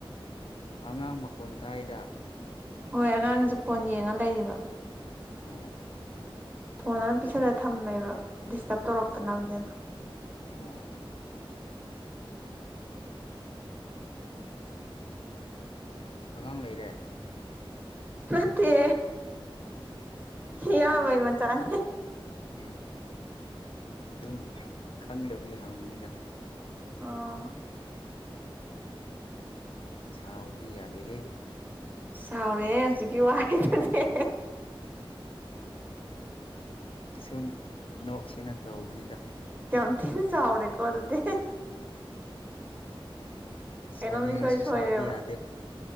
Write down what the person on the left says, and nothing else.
ꯑꯉꯥꯡ ꯃꯈꯣꯟ ꯇꯥꯏꯗ
ꯑꯣ
ꯑꯣ ꯑꯉꯥꯡ ꯂꯩꯔꯦ
ꯎꯝ ꯑꯗꯨꯝ ꯈꯪꯗꯕꯒꯤ ꯍꯪꯕꯅꯤꯗ
ꯁꯥꯎꯕꯗꯤ ꯌꯥꯗꯦꯍꯦ
ꯁꯨꯝ ꯅꯣꯛꯁꯤꯅ ꯇꯧꯕꯅꯤꯗ
ꯁꯥꯎꯅꯤꯡꯔꯁꯨ
ꯁꯥꯎꯕ ꯌꯥꯗꯦ